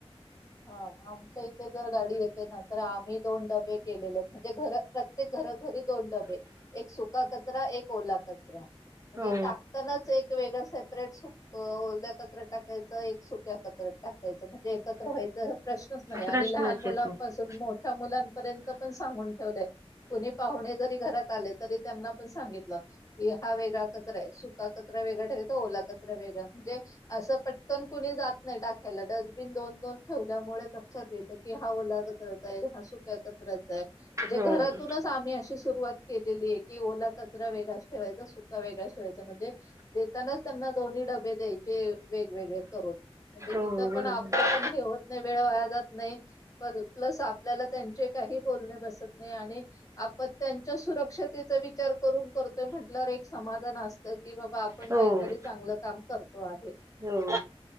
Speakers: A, on the left; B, on the right.
A: हा आमच्या इथे जर गाडी येते ना तर आम्ही दोन डब डबे केलेले आहेत म्हणजे घर प्रत्येक घरोघरी दोन डबे एक सुका कचरा एक ओला कचरा. म्हणजे
B: हो.
A: टाकतानाच एक वेगळं सेपरेट सुक ओल्या कचरा टाकायचं एक सुक्या कचऱ्यात टाकायचं म्हणजे एकत्र व्हायच प्रश्नच नाही
B: प्रश्नच
A: आणि लहान मुलांपासून
B: येत नाही
A: मोठ्या मुलांपर्यंत पण सांगून ठेवलय कुणी पाहुणे जर ते घरात आले तरी त्यांना पण सांगितल की हा वेगळा कचरा आहे सुका कचरा वेगळा ठेवायचा ओला कचरा वेगळा म्हणजे असं पटकन नाही टाकायला डस्टबिन दोन दोन ठेवल्यामुळे लक्षात येतं की हा ओला कचराचा आहे हा सुक्या कचऱ्याचा आहे. म्हणजे
B: हो
A: घरातूनच
B: हो
A: आम्ही अशी सुरुवात केलेली आहे की ओला कचरा वेगळाच ठेवायचा सुका वेगळा ठेवायचा म्हणजे देतानाच त्यांना दोन्ही डबे द्यायचे वेगवेगळे. म्हणजे
B: हो
A: तिथं पण
B: बरोबर
A: आपलं पण हे होत नाही वेळ वाया जात नाही प्लस आपल्याला त्यांचे काही बोलणे बसत नाही आणि आपण त्यांच्या सुरक्षतेचा विचार करून करतोय म्हटलं एक समाधान असत कि बाबा आपण
B: हो.
A: काहीतरी चांगलं काम करतो आहे.
B: हो